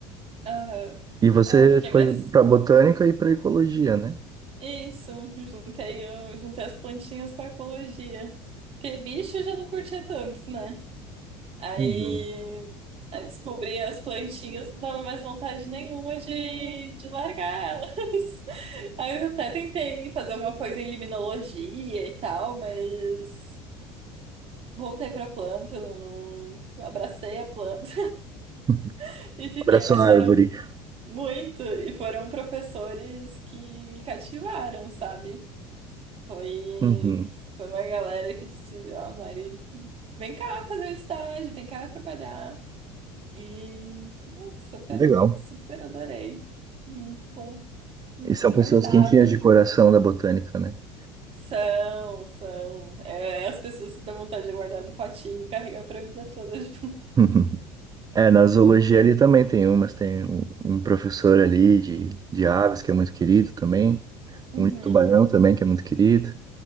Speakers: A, on the right; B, on the right.
A: Aham.
B: E você
A: É, eu fiquei
B: foi
A: mais.
B: para botânica e para ecologia, né?
A: Isso, juntei, eu juntei as plantinhas com a ecologia. Porque bicho eu já não curtia tanto, né? Aí,
B: Uhum.
A: aí descobri as plantinhas, não dava mais vontade nenhuma de, de largar elas. <laughs> Aí eu até tentei fazer alguma coisa em limnologia e tal, mas voltei pra planta, não, não- abracei a planta
B: <laughs>
A: <laughs> e fiquei,
B: Abraço
A: mas
B: à
A: foram
B: árvore.
A: muito, e foram professores que me cativaram, sabe? Foi,
B: Uhum.
A: foi uma galera que disse, ah, Mari, vem cá fazer o estágio, vem cá trabalhar. E hum, super,
B: Que legal.
A: super adorei. Muito bom, muito
B: E são
A: confortável.
B: pessoas quentinhas de coração da botânica, né? <laughs>
A: São, são. É, as pessoas que dão vontade de guardar no potinho e carregar pra vida toda <laughs> junto.
B: Uhum. É, na zoologia ali também tem umas, tem um, um professor ali de, de aves que é muito querido também,
A: Uhum,
B: um de tubarão também que é muito querido.